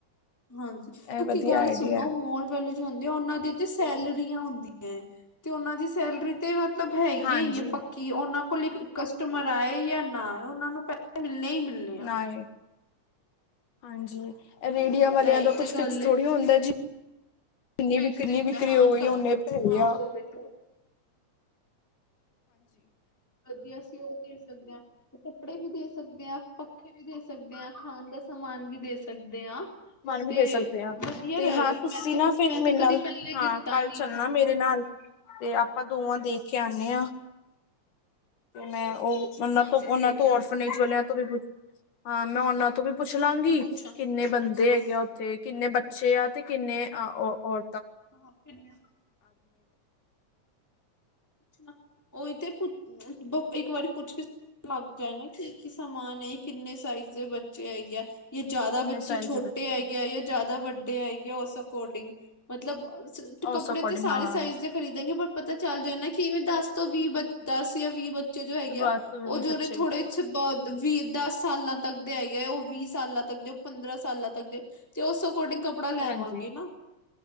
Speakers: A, in the centre; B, on the left.
A: ਹਾਂਜੀ ਕਿਉਂਕਿ
B: ਇਹ ਵਧੀਆ
A: ਗੱਲ
B: ਆਈਡੀਆ।
A: ਸੁਣੋ ਮੋਲ ਵੈਲੂ ਹੁੰਦੇ ਉਹਨਾਂ ਦੀ ਤੇ ਸੈਲਰੀਆਂ ਹੁੰਦੀਆਂ ਹੈ ਤੇ ਉਹਨਾਂ ਦੀ ਸੈਲਰੀ ਤੇ ਮਤਲਬ ਹੈਗੀੀਆਂ
B: ਹਾਂਜੀ
A: ਹੀ ਹੈ ਪੱਕੀ ਉਹਨਾਂ ਕੋ ਕਸਟਮਰ ਆਏ ਜਾਂ ਨਾ ਉਹਨਾਂ ਨੂੰ ਪੈ ਨਹੀਂ ਮਿਲਣੇ ਆ
B: ਨਾ ਏ ਹਾਂਜੀ ਰੇਡੀਆ ਵਾਲਿਆਂ
A: ਇਹੀ
B: ਦਾ ਕੁੱਛ
A: ਤੇ ਗੱਲ
B: ਫਿਕਸ ਥੋੜ੍ਹੀ
A: ਏ
B: ਹੁੰਦਾ ਜੀ ਜਨੀ
A: ਫਿਕਸ
B: ਕਿੰਨੀ
A: ਨੀ ਹੁੰਦਾ
B: ਵਿਕਰੀ
A: ਹਾਂ
B: ਹੋ ਗਈ
A: ਕ
B: ਓਨੇ ਭੇਜਿਆ
A: ਹਾਂ ਹੋ ਗਈ ਤੇ ਹੋ ਗਈ ਵਧੀਆ ਅਸੀ ਉਹ ਦੇ ਸਕਦੇ ਹਾਂ ਤੇ ਕੱਪੜੇ ਵੀ ਦੇ ਸਕਦੇ ਹਾਂ ਪੱਖੇ ਵੀ ਦੇ ਸਕਦੇ ਹਾਂ ਖਾਣ ਦਾ ਸਮਾਨ ਵੀ ਦੇ ਸਕਦੇ ਹਾਂ
B: ਮਨ ਵੀ
A: ਤੇ
B: ਦੇ ਸਕਦੇ ਹਾਂ
A: ਵਧੀਆ
B: ਤੇ
A: ਰਹੇਗਾ
B: ਹਾਂ ਤੁਸੀਂ
A: ਮੈਂ ਤੇ
B: ਨਾ ਫਿਰ
A: ਮੈਂ
B: ਮੇਰੇ
A: ਤੇ ਕਦੀ
B: ਨਾਲ
A: ਪਹਿਲੇ
B: ਹਾਂ
A: ਦਿੱਤਾ
B: ਕੱਲ
A: ਨੀ।
B: ਚੱਲਣਾ ਮੇਰੇ ਨਾਲ ਤੇ ਆਪਾਂ ਦੋਵਾਂ ਦੇਖ ਕੇ ਆਉਂਦੇ ਹਾਂ ਤੇ ਮੈਂ ਉਹ ਉਹਨਾਂ
A: ਹਾਂਜੀ
B: ਤੋਂ ਉਹਨਾਂ
A: ਦੇ
B: ਤੋਂ
A: ਕੇ ਆਵਾਂਗੇ
B: ਔਰਫਨੇਜ ਵਾਲਿਆਂ ਤੋਂ ਵੀ ਹਾਂ ਮੈਂ ਉਹਨਾਂ ਤੋਂ ਵੀ ਪੁੱਛ ਲਾਂਗੀ,
A: ਪੁੱਛ
B: ਕਿੰਨੇ ਬੰਦੇ
A: ਹਾਂ
B: ਹੈਗੇ ਆ ਉੱਥੇ, ਕਿੰਨੇ ਬੱਚੇ ਆ ਤੇ ਕਿੰਨੇ? ਆਹ ਉਹ ਓਹ।
A: ਆਪ ਕਿਨੇ ਆਂ। ਪੁੱਛਣਾ। ਉਹ ਹੀ ਤੇ ਕੁ ਕਿਦਾਂ। ਇੱਕ ਵਾਰੀ ਪੁੱਛ ਕੇ ਲੱਗ ਨਾ ਕੀ ਕੀ ਸਮਾਨ ਇਹ ਕਿੰਨੇ ਸਾਈਜ਼ ਦੇ ਬੱਚੇ ਹੈਗੇ ਆ। ਜੇ ਜ਼ਿਆਦਾ
B: ਕਿੰਨੇ
A: ਬੱਚੇ
B: ਸਾਈਜ਼
A: ਛੋਟੇ
B: ਦੇ ਬੱਚੇ
A: ਆਏਗੇ
B: ਆ
A: ਜਾਂ ਜ਼ਿਆਦਾ ਵੱਡੇ ਹੈ ਗੇ ਆ ਉਸ ਅਕੋਰਡਿੰਗ, ਮਤਲਬ ਕੱਪੜੇ
B: ਉਸ ਅਕੋਰਡਿੰਗ
A: ਤੇ ਸਾਰੇ
B: ਹਾਂ
A: ਸਾਈਜ਼ ਦੇ ਖਰੀਦੇ ਗੇ, ਪਰ ਪਤਾ ਚੱਲ ਜਾਂਣਾ। ਕਿਵੇਂ ਦੱਸ ਤੋਂ ਵੀਹ ਬਚ ਦੱਸ ਜਾਂ ਵੀਹ। ਬੱਚੇ ਜੋ ਹੈਗੇ
B: ਬਸ
A: ਆ
B: ਉਹੀ
A: ਉਹ ਜਿਹੜੇ
B: ਬੱਚੇ
A: ਥੋੜੇ
B: ਹੈਗੇ
A: 'ਚ ਬਾਅਦ ਵੀਹ, ਦਸ ਸਾਲਾਂ ਤੱਕ ਦੇ ਹੈਗੇ ਹੈ, ਉਹ ਵੀਹ ਸਾਲਾਂ ਤੱਕ ਦੇ ਪੰਦਰਾਂ ਸਾਲਾਂ ਤੱਕ ਦੇ ਤੇ ਉਹ ਸੁਬ ਅਕੋਡਿੰਗ ਕੱਪੜਾ ਲੈਆਂਵਾਂਗੇ
B: ਹਾਂਜੀ
A: ਨਾ,